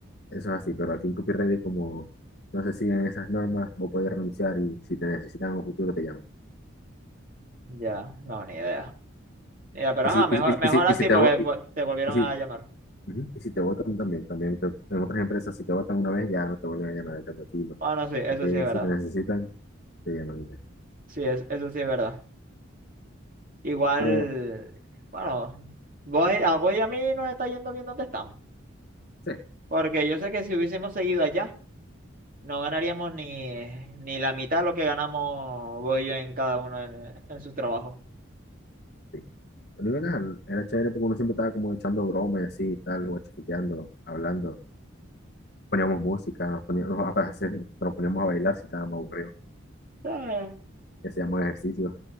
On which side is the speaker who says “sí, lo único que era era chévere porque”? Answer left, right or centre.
Left